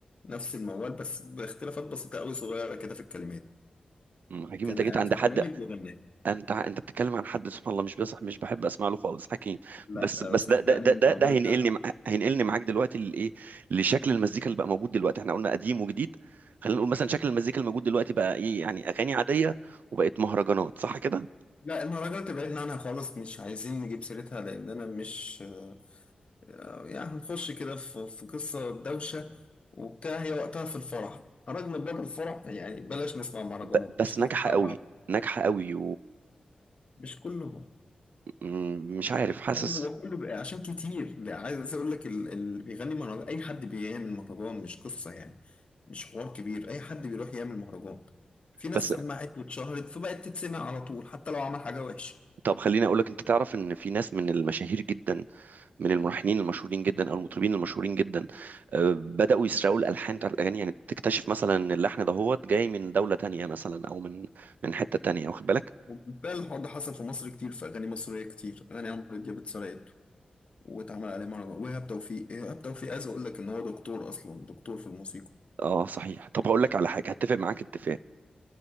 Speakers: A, on the left (about 45°); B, on the right (about 75°).
A: نفس الموال بس باختلافات بسيطة قوي صغيرة كده في الكلمات
B: مم. حكيم
A: كان
B: انت جيت
A: قاعد
B: عند
A: في
B: حد
A: برنامج وغناها
B: انت انت بتتكلم عن حد سبحان الله مش بصح مش بحب اسمع له خالص حكيم
A: لا
B: بس بس
A: آه، صدقني
B: ده ده ده
A: الموال
B: ده, ده هينقلني
A: ده
B: مع... هينقلني معاك دلوقتي لايه لشكل المزيكا اللي بقى موجود دلوقتي احنا قلنا قديم وجديد خلينا نقول مثلا شكل المزيكا الموجود دلوقتي بقى ايه يعني اغاني عاديه وبقت مهرجانات صح كده
A: لا المهرجانات تبعدنا عنها خالص مش عايزين نجيب سيرتها لان انا مش آه، يعني هنخش كده في في قصه دوشه وبتاع هي وقتها في الفرح خرجنا بره الفرح يعني بلاش نسمع مهرجانات
B: ب... بس
A: مش
B: ناجحه
A: ناقص بقى
B: قوي ناجحه قوي
A: مش كلهم
B: ومش عارف حاسس
A: يعني هو كله بقى عشان كتير ده عايز اقول لك ال- اللي بيغني مهرجان اي حد بيعمل مهرجان مش قصه يعني مش حوار كبير اي حد بيروح يعمل مهرجان في ناس
B: بس
A: سمعت واتشهرت فبقت تتسمع على طول حتى لو عمل حاجه وحشه
B: طب خليني اقول لك انت تعرف ان في ناس من المشاهير جدا من الملحنين المشهورين جدا او المطربين المشهورين جدا آه، بداوا يسرقوا الالحان بتاعت الاغاني يعني بتكتشف مثلا ان اللحن دهوت جاي من دوله تانية مثلا او من من حته تانية واخد بالك
A: وبالفعل الحوار ده حصل في مصر كتير في أغاني مصرية كتير أغاني عمرو دياب اتسرقت واتعمل عليه مهرجان وإيهاب توفيق إيهاب توفيق عايز أقول لك إن هو دكتور أصلا دكتور في الموسيقى
B: اه صحيح طب هقول لك على حاجه هتفق معاك اتفاق